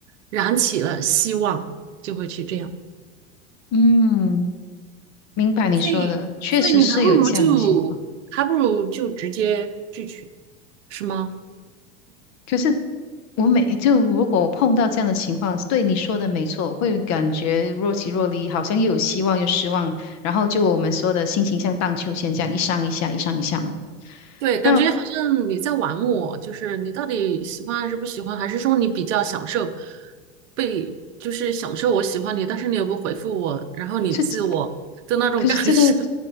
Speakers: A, on the right; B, on the left.
A: 燃起了希望，就会去这样。
B: 嗯。明白你说的，
A: 所以所以你还不如就还不如就直接拒绝，
B: 确实是有这样的情况。
A: 是吗？
B: 可是我每就如果我碰到这样的情况，对你说的没错，会感觉若即若离，好像又有希望又失望，然后就我们说的心情像荡秋千这样一上一下，一上一下嘛。
A: 对，感觉好像你在玩我，
B: 那
A: 就是你到底喜欢还是不喜欢，还是说你比较享受被，就是享受我喜欢你，但是你又不回复我，然后你自我的那种感受。
B: 这可是这个